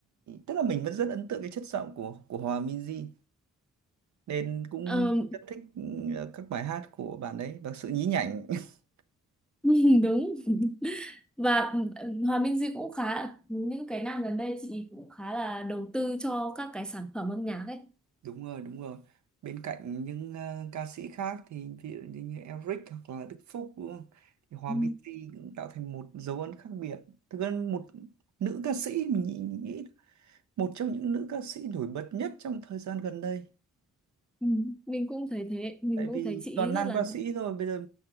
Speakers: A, on the right; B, in the centre.
A: tức là mình vẫn rất ấn tượng cái chất giọng của của Hòa Minzy nên cũng
B: Ờ,
A: rất thích ờ, các bài hát của bạn ấy và sự nhí nhảnh <laughs>
B: <laughs> đúng và Hòa Minh Duy cũng khá những cái năm gần đây chị cũng khá là đầu tư cho các cái sản phẩm âm nhạc ấy
A: đúng rồi đúng rồi bên cạnh những ờ, ca sĩ khác thì ví dụ như, như Elric hoặc là Đức Phúc đúng không thì Hòa
B: Ừ.
A: Minzy cũng tạo thành một dấu ấn khác biệt thực ra một nữ ca sĩ mình nghĩ, nghĩ một trong những nữ ca sĩ nổi bật nhất trong thời gian gần đây
B: Ừ. mình cũng thấy thế mình
A: tại
B: cũng
A: vì
B: thấy chị
A: toàn
B: ấy
A: nam
B: rất là
A: ca sĩ thôi bây giờ